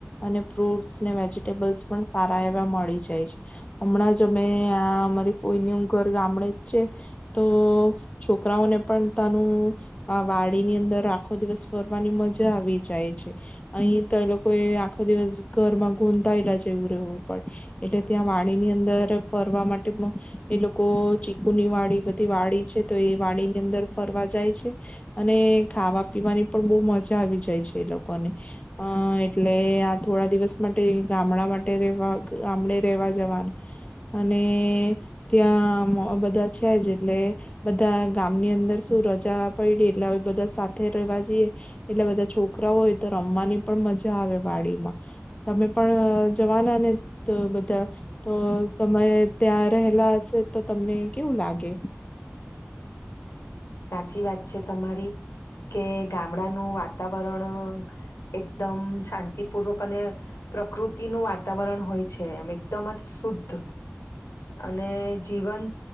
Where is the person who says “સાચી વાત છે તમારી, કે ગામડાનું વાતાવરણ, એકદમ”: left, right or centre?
Left